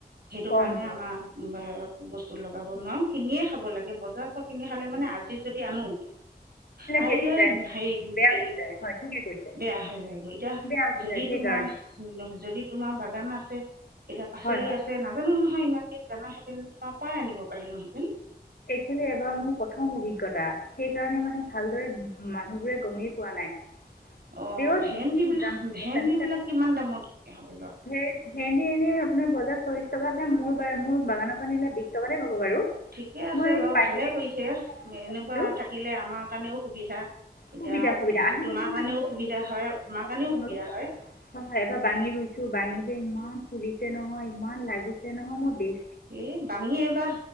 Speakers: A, on the right; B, on the left.
A: সেইটো
B: কম
A: কাৰণে
B: কম
A: আমাৰ বস্তু লগ লগাব নোৱাৰো। কিনিয়ে খাব লাগে ব জাৰৰ পৰা কিনি খালে মানে আজি যদি আনো, কাইলৈ
B: গেলি যায়
A: হেৰি
B: বেয়া
A: গেলি
B: হৈ
A: যায়গৈ,
B: যায় হয় ঠিকে কৈছে
A: বেয়া হৈ যায়গৈ। এতিয়া
B: বেয়া হৈ
A: যদি
B: যায় সেইকাৰণে
A: তোমাৰ, যদি তোমাৰ বাগান আছে, এতিয়া পাচলি
B: হয় হয়
A: আছে, নাজানো নহয় ইমান এ তেনেহলেনো তোমাৰ পৰাই আনিব পাৰিলোঁহেতেন।
B: খালি এইবাৰ মোৰ প্ৰথম অভিজ্ঞতা। সেইকাৰণে মানে ভালদৰে মানুহবোৰে গমে পোৱা নাই।
A: অ
B: তেও
A: ভেন্দি
B: যিটো
A: বিলাক,
B: দাম
A: ভেন্দি
B: জানিছে
A: বিলাক কিমান দামত খাব লোৱা?
B: সেই ভেন্দি এনে আপোনাৰ বজাৰ চল্লিশ টকা হয়, মোৰ বা, মোৰ বাগানৰ পৰা নিলে বিশ টকাতে পাব বাৰু
A: ঠিকে আছে
B: মই
A: বাৰু,
B: পাইকাৰী
A: ভালে কৰিছে। এনেকুৱা
B: দিছোঁ
A: থাকিলে আমাৰ কাৰণেও সুবিধা। এতিয়া
B: সুবিধা সুবিধা। আহিবচোন
A: তোমাৰ কাৰণেও
B: আহিব,
A: সুবিধা হয় আমাৰ
B: বাগানখনলৈ,
A: কাৰণেও সুবিধা হয়
B: হয় এবাৰ বাঙি ৰুইছো বাঙি যে ইমান ফুলিছে নহয়, ইমান লাগিছে নহয়, মই বেছ
A: এ বাঙি এবাৰ